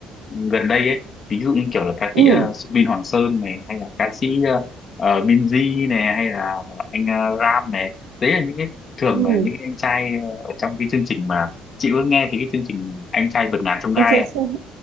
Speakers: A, on the left (about 45°); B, on the right (about 75°).
A: gần đây ấy, ví dụ như kiểu là ca
B: ừ
A: sĩ uh, Subin Hoàng Sơn này, hay là ca sĩ ờ, ờ, Binz này, hay là anh ờ, Ram này. Đấy là những cái thường
B: ừ
A: là những anh trai ờ, ở trong cái chương trình mà chị có nghe thì cái chương trình Anh trai vượt ngàn chông gai
B: anh sẽ
A: ấy.